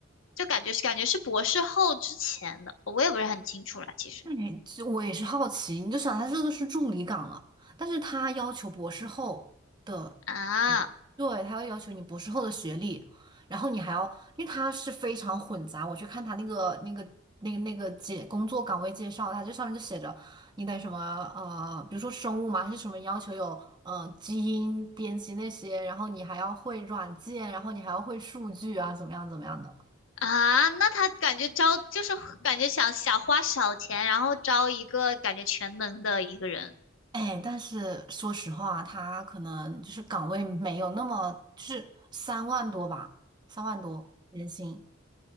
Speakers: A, on the left (about 75°); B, on the right (about 20°).
A: 就感觉是感觉是博士后之前的，我也不是很清楚了，其实
B: 哎，这我也是好奇，你就想他这个是助理岗了，但是他要求博士后。的。
A: 啊
B: 对，他会要求你博士后的学历，然后你还要，因为他是非常混杂。我去看他那个那个那个那个介工作岗位介绍，他这上面就写着你得什么呃，比如说生物嘛，还是什么要求有呃基因编辑那些，然后你还要会软件，然后你还要会数据啊，怎么样怎么样的。
A: 啊，那他感觉招就是感觉想想花小钱，然后招一个感觉全能的一个人，
B: 哎，但是说实话，他可能就是岗位没有那么，就是三万多吧，三万多年薪。